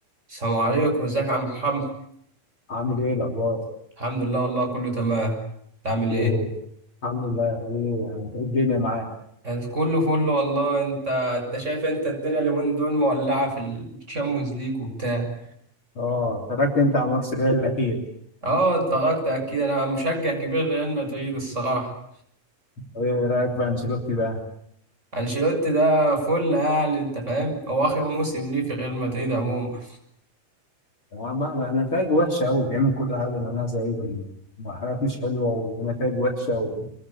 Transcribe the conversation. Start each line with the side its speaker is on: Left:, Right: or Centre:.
Right: السلام عليكم ازيك يا عم محمد
Left: عامل ايه الاخبار؟
Right: الحمد لله والله كله تمام انت عامل
Left: ايه
Right: ايه
Left: الحمد لله ايه يعني ايه الدنيا معاك؟
Right: أنا كله فل والله انت انت شايف انت الدنيا اليومين دول مولعه في الشامبيونز ليج وبتاع
Left: اه اتفرجت انت على ماتش الريال الاخير
Right: اه اتفرجت اكيد انا مشجع كبير لريال مدريد الصراحه
Left: طب ايه رايك في انشيلوتي بقى؟
Right: انشيلوتي ده فل يعني انت فاهم هو اخر موسم ليه في ريال مدريد عموما
Left: طبعا بقى بقى نتائج وحشه قوي بيعمل كل حاجه اللي عملها زي ده وحاجات مش حلوه ونتائج وحشه و-